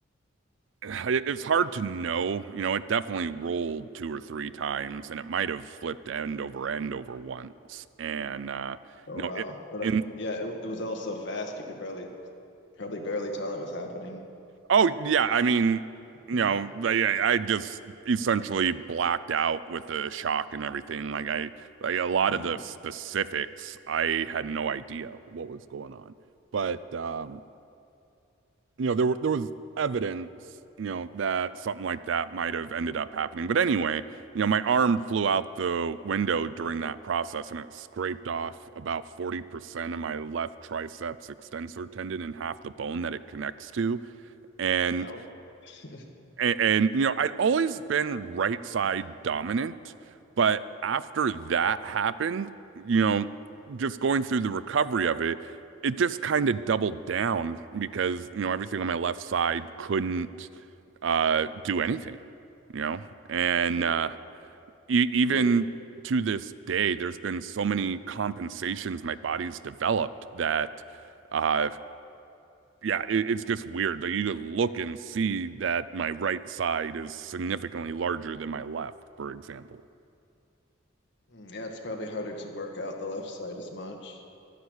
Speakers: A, on the right; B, on the left.
A: it's hard to know. You know, it definitely rolled two or three times, and it might have flipped end over end over once. And uh,
B: oh
A: you
B: wow.
A: know, it,
B: But
A: in
B: uh, yeah, it, it was all so fast you could barely, probably barely tell it was happening.
A: oh yeah, I mean,
B: <laughs>
A: you know, like, I, I just essentially blacked out with the shock and everything. Like I, like a lot
B: Mhm.
A: of the specifics, I had no idea what was going on. But um, you know, there were, there was evidence, you know, that something like that might have ended up happening. But anyway, you know, my arm flew out the window during that process and it scraped off about 40% of my left triceps extensor tendon and half the bone that it connects to. And
B: Out. <laughs>
A: and, and you know, I'd always been right side dominant, but after that happened, you know, just going through the recovery of it, it just kind of doubled down because, you know, everything on my left side couldn't uh do anything, you know. And
B: Were
A: uh
B: you,
A: e even
B: were you,
A: to this day, there's been so many compensations my body's developed that uh yeah, it, it's just weird. Like you could look and see that my right side is significantly larger than my left, for example.
B: Mm, <laughs> yeah, it's probably harder to work out the left side as much.